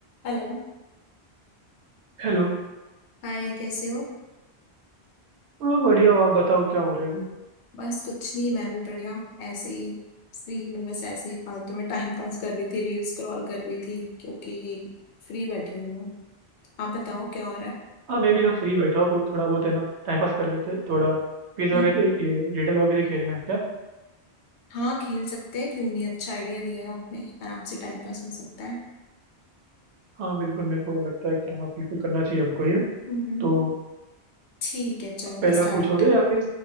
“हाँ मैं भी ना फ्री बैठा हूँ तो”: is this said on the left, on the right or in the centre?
Right